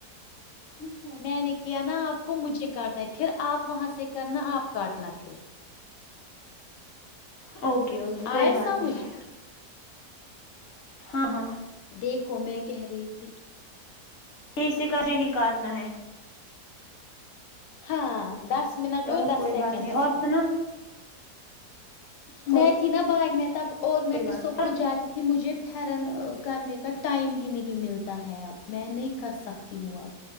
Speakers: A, on the left; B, on the left.
A: <unintelligible>
B: میں نے کیا نا آپ کو مجھے کاٹنا ہے پھر آپ وہاں سے کرنا آپ کاٹنا پھر
A: اوکے اوکے کوئی
B: آیا
A: بات
B: سمجھ
A: نہیں ہاں ہاں
B: دیکھو میں کہہ رہی تھی
A: یہ اسی کا جو ہی کاٹنا ہے
B: ہاں دس منٹ
A: چلو
B: اور دس
A: کوئی
B: سیکنڈس
A: بات نہیں اور
B: پر
A: سنا کوئی
B: میں تھی نا باغ میں تب اور میں
A: کوئی بات
B: اسکول
A: نہیں
B: جاتی تھی مجھے پرن کرنے کا ٹائم ہی نہیں ملتا ہے اب میں نہیں کر سکتی ہوں اب